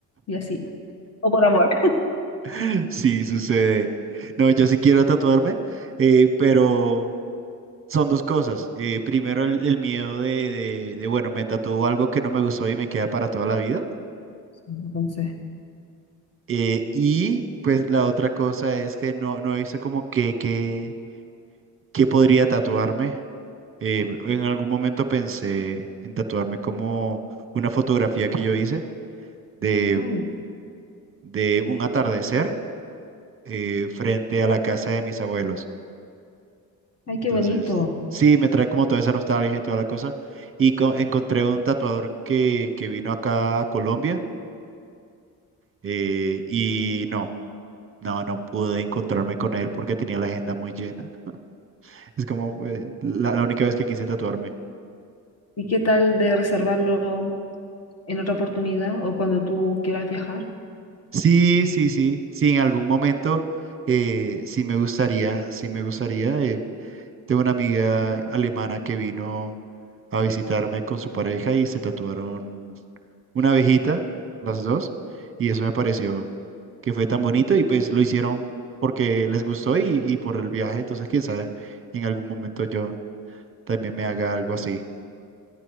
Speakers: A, on the left; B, on the right.
A: Y así. O por amor.
B: <laughs> Sí, sucede. No, yo sí quiero tatuarme, eh, pero son dos cosas. Eh, primero, el, el miedo de, de, de, bueno, me tatúo algo que no me gustó y me queda para toda la vida.
A: Entonces,
B: Eh, y pues la otra cosa es que no, no he visto como que, que, que podría tatuarme. Eh, en algún momento pensé en tatuarme como una fotografía que yo hice de,
A: uy,
B: de un atardecer eh, frente a la casa de mis abuelos.
A: ay, qué
B: Entonces,
A: bonito.
B: sí, me trae como toda esa nostalgia y toda la cosa. Y co- encontré un tatuador que, que vino acá a Colombia eh, y no, no, no pude encontrarme con él porque tenía la agenda muy llena. Es como eh, la, la única vez que quise tatuarme.
A: ¿Y qué tal de reservarlo en otra oportunidad o cuando tú quieras viajar?
B: Sí, sí, sí, sí, en algún momento eh, sí me gustaría, sí me gustaría. eh, tengo una amiga alemana que vino a visitarme con su pareja y se tatuaron una abejita, las dos, y eso me pareció que fue tan bonito y pues lo hicieron porque les gustó y, y por el viaje, entonces quién sabe, en algún momento yo también me haga algo así.